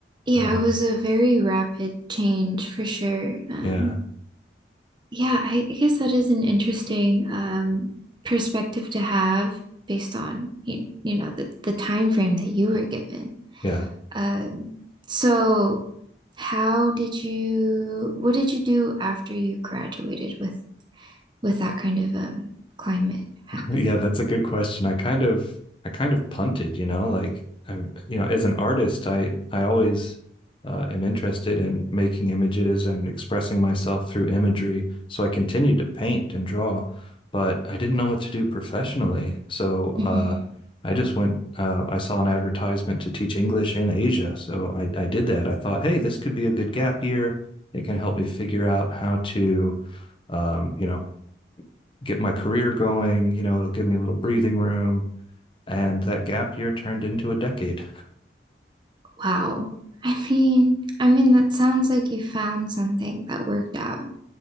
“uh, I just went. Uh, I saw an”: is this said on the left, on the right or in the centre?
Left